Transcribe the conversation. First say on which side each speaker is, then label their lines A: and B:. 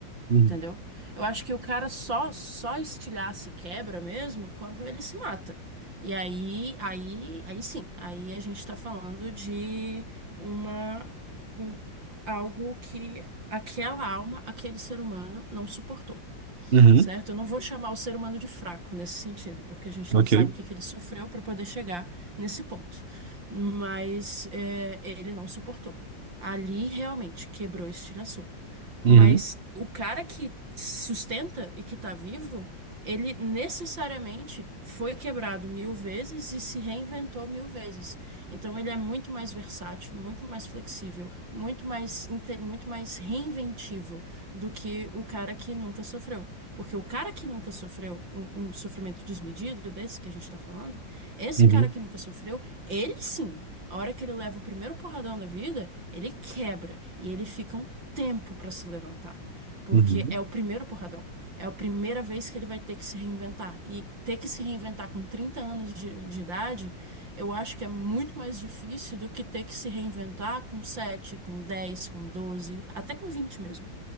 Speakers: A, on the right; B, on the right.
A: Uhum,
B: Entendeu? Eu acho que o cara só só estilhaça e quebra mesmo quando ele se mata. E aí, aí, aí sim, aí a gente tá falando de uma um- algo que aquela alma, aquele ser humano não suportou
A: uhum,
B: certo? Eu não vou chamar o ser humano de fraco nesse sentido, porque a gente
A: ok.
B: não sabe o que que ele sofreu para poder chegar nesse ponto. Mas é, ele não suportou. Ali realmente quebrou e estilhaçou. Mas
A: Uhum,
B: o cara que sustenta e que tá vivo, ele necessariamente foi quebrado mil vezes e se reinventou mil vezes. Então ele é muito mais versátil, muito mais flexível, muito mais, inte- muito mais reinventivo do que o cara que nunca sofreu. Porque o cara que nunca sofreu um, um sofrimento desmedido desse que a gente está falando, esse
A: uhum,
B: cara que nunca sofreu, ele sim, a hora que ele leva o primeiro porradão da vida, ele quebra e ele fica um tempo para se levantar, porque
A: uhum,
B: é o primeiro porradão. É a primeira vez que ele vai ter que se reinventar. E ter que se reinventar com 30 anos de, de idade, eu acho que é muito mais difícil do que ter que se reinventar com sete com dez com doze até com 20 mesmo.